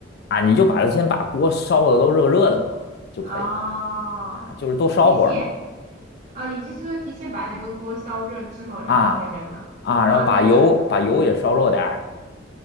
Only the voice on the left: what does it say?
啊你就把它先把锅烧的都热热的嘛就可以了
啊，就是多烧会儿嘛
啊啊，然后把油把油也烧热点儿，